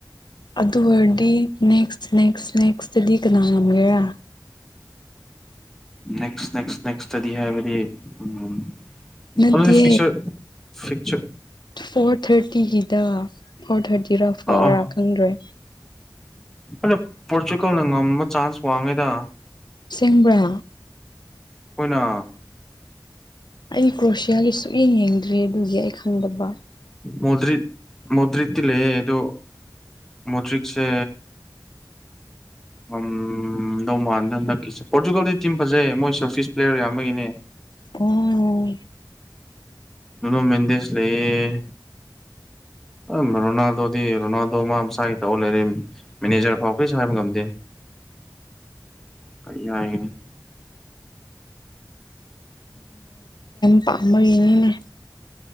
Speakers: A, on the left (about 80°); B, in the centre.
A: ꯑꯗꯨ ꯑꯣꯏꯔꯗꯤ ꯅꯦꯛꯁ ꯅꯦꯛꯁ ꯅꯦꯛꯁꯇꯗꯤ ꯀꯅꯥ ꯉꯝꯒꯦꯔꯥ
B: ꯅꯦꯛ ꯅꯦꯛꯁꯗꯤ ꯍꯥꯏꯕꯗꯤ ꯎ
A: ꯅꯠꯇꯦ
B: ꯑꯗꯨ ꯐꯤꯆꯔ ꯐꯤꯆ
A: ꯐꯣꯔ ꯊꯥꯔꯇꯤꯒꯤꯗ ꯐꯣꯔ ꯊꯥꯔꯇꯤꯔꯥ ꯐꯣꯔꯔꯥ
B: ꯑꯥ ꯑꯥ
A: ꯈꯪꯗ꯭ꯔꯣꯏ
B: ꯑꯗꯣ ꯄꯣꯔꯆꯨꯒꯜꯅ ꯉꯝꯕ ꯆꯥꯟꯁ ꯋꯥꯡꯉꯩꯗ
A: ꯁꯤꯡꯕ꯭ꯔꯥ
B: ꯍꯈꯣꯏꯅ
A: ꯑꯩ ꯀ꯭ꯔꯣꯁꯤꯌꯥꯒꯤ ꯁꯨꯛꯌꯦꯡ ꯌꯦꯡꯗ꯭ꯔꯤ ꯑꯗꯨꯒꯤ ꯑꯩ ꯈꯪꯗꯕ
B: ꯃꯗ꯭ꯔ ꯃꯗ꯭ꯔꯠꯇ ꯂꯩꯦ ꯑꯗꯨꯣ ꯃꯇꯔꯤꯛꯁꯦ
A: <unintelligible>
B: ꯎ ꯅꯧꯃꯥꯟꯗ ꯍꯟꯗꯛꯀꯤꯦ ꯄꯣꯔꯇꯨꯒꯥꯜꯒꯤ ꯇꯤꯝ ꯐꯖꯩ ꯃꯣꯏꯁꯨꯤꯁ ꯄ꯭ꯂꯦꯌꯔ ꯌꯥꯝ ꯑꯃꯒꯤꯅꯦ
A: ꯑꯣ
B: ꯅꯅꯣ ꯃꯦꯟꯗꯦꯁ ꯂꯩ ꯑ ꯔꯣꯅꯥꯜꯗꯣꯗꯤ ꯔꯣꯅꯥꯜꯗꯣ ꯃꯥꯥꯏꯒꯤ ꯇ ꯂꯩꯔ ꯃꯦꯅꯦꯖꯔ ꯐꯥꯎ ꯀꯩ ꯁ ꯍꯥꯏꯕ ꯉꯝꯗꯦ
A: <unintelligible>
B: ꯀꯩ ꯌꯥꯅꯦ
A: ꯄꯝꯕ ꯏꯅꯤꯅꯦ